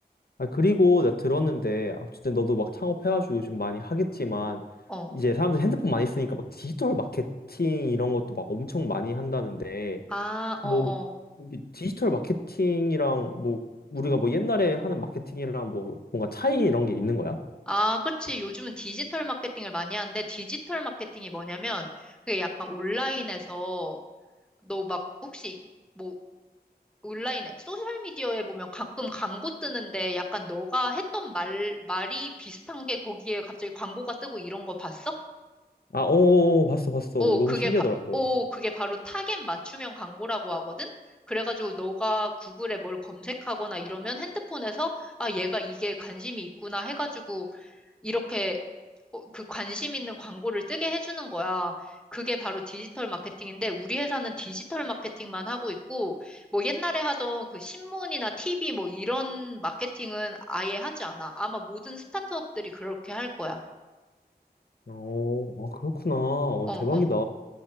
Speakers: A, on the left (about 65°); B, in the centre.
A: 아, 그리고 나 들었는데, 아, 어쨌든 너도 막 창업해가지고 요즘 많이 하겠지만,
B: 어.
A: 이제 사람들 핸드폰 많이 쓰니까 막 디지털 마케팅 이런 것도 막 엄청 많이 한다는데,
B: 아, 어,
A: 뭐,
B: 어.
A: 이게 디지털 마케팅이랑 뭐, 우리가 뭐 옛날에 하는 마케팅이랑 뭐, 뭔가 차이 이런 게 있는 거야?
B: 아, 그치. 요즘은 디지털 마케팅을 많이 하는데, 디지털 마케팅이 뭐냐면, 그게 약간 온라인에서, 너 막, 혹시, 뭐, 온라인에, 소셜미디어에 보면 가끔 광고 뜨는데, 약간 너가 했던 말, 말이 비슷한 게 거기에 갑자기 광고가 뜨고 이런 거 봤어?
A: 아, 어, 어, 어, 봤어, 봤어.
B: 오,
A: 너무
B: 그게,
A: 신기하더라고.
B: 바, 오, 그게 바로 타겟 맞춤형 광고라고 하거든? 그래가지고 너가 구글에 뭘 검색하거나 이러면 핸드폰에서, 아, 얘가 이게 관심이 있구나 해가지고, 이렇게 어, 그 관심 있는 광고를 뜨게 해주는 거야. 그게 바로 디지털 마케팅인데, 우리 회사는 디지털 마케팅만 하고 있고, 뭐 옛날에 하던 그 신문이나 TV 뭐 이런 마케팅은 아예 하지 않아. 아마 모든 스타트업들이 그렇게 할 거야.
A: 어, 아, 그렇구나. 어,
B: 어, 어,
A: 대박이다.